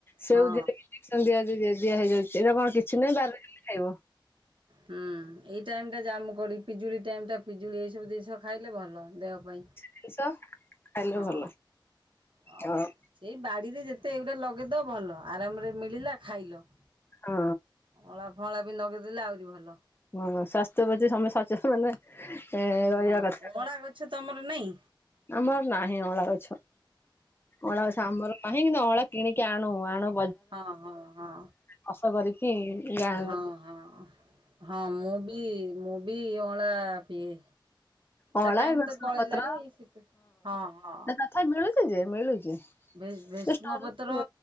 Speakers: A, on the left; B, on the right.
A: ସେଓ
B: ହଁ।
A: ଦିହରେ ଇଞ୍ଜେକ୍ସନ ଦିଆ ଦିଆହେଇଯାଉଛି ଏଗୁଡା କଣ କିଛି ନାହିଁ ବାରିରେ ହେଲେ ଖାଇବ।
B: ହୁଁ ଏଇ ଟାଇମ ଟା ଜାମୁକୋଳି, ପିଜୁଳି ଟାଇମ ଟା ପିଜୁଳି ଏଇ ସବୁ ଜିନିଷ ଖାଇଲେ ଭଲ ଦେହ ପାଇଁ
A: ଜିନିଷ ଖାଇଲେ
B: ହଁ।
A: ଭଲ
B: ହ
A: ଆଉ
B: ସେଇ ବାଡିରେ ଯେତେ ଏଗୁଡା ଲଗେଇଦବ ଭଲ ଆରାମରେ ମିଳିଲା ଖାଇଲ।
A: ହଁ।
B: ଅଁଳା ଫଁଳା ବି ଲଗେଇଦେଲେ ଆହୁରି ଭଲ।
A: ହଁ ସ୍ୱାସ୍ଥ୍ୟ ପ୍ରତି ସମସ୍ତେ ସଚେତନ ରହିବା
B: ହଁ
A: କଥା।
B: ଅଁଳା ଗଛ ତମର ନାଇଁ?
A: ଆମର ନାହିଁ ଅଁଳା ଗଛ ଅଁଳା ଗଛ ଆମର ନାହିଁ କିନ୍ତୁ ଅଁଳା କିଣିକି ଆଣୁ ଆଣୁ।
B: ହଁ ହଁ ହଁ।
A: କସ କରିକି ଗାଁ
B: ହଁ ହଁ ହଁ ମୁଁ ବି ମୁଁ ବି ଅଁଳା ପିଏ।
A: ଅଁଳା
B: ତା ଟାଇମ
A: ଏ ଭେସୁଙ୍ଗା
B: ତ ପଳେଇଲାଣି
A: ପତ୍ର
B: ସିତ ହଁ ହଁ।
A: ନା ତଥାପି ମିଳୁଛି ଯେ ମିଳୁଛି।
B: ଭୀ ଭୀଷ୍ମ
A: ଷ୍ଟୋରରେ
B: ପତ୍ର